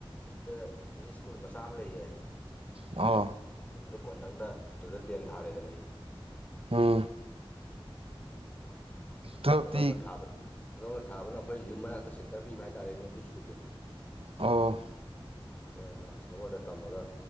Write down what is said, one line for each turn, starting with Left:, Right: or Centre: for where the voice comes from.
Left: ꯑꯗꯨꯗ ꯏꯪꯂꯤꯁ ꯁ꯭ꯀꯨꯜ ꯃꯆꯥ ꯑꯃ ꯂꯩꯌꯦ꯫
Right: ꯑ
Left: ꯑꯗꯨꯗ ꯀꯣꯟꯇꯪꯗ ꯑꯗꯨꯗ ꯇꯦꯟ ꯊꯥꯔꯦꯗꯅ ꯑꯩ
Right: ꯎꯝ ꯇꯨꯌꯦꯜꯞꯇꯤ
Left: ꯑꯗꯣꯝꯗ ꯊꯥꯕ ꯑꯗꯣꯝꯗ ꯊꯥꯕꯅ ꯑꯩꯈꯣꯏ ꯌꯨꯝ ꯃꯅꯥꯛꯇ ꯁꯦꯟꯇꯔ ꯄꯤꯕ ꯍꯥꯏꯇꯥꯥꯔꯦꯅꯦ ꯑꯗꯨ ꯁ꯭ꯀꯨꯜꯗꯣ
Right: ꯑꯣ
Left: ꯑꯗꯨꯗ ꯂꯥꯁ ꯑꯋꯥꯔꯗ ꯇꯝꯃꯒ